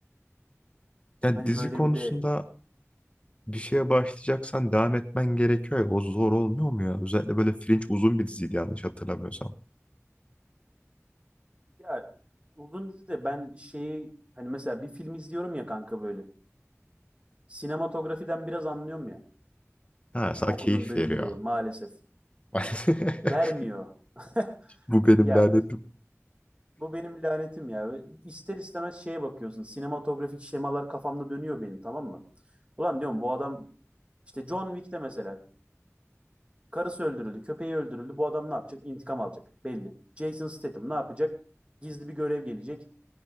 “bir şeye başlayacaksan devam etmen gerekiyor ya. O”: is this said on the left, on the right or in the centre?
Left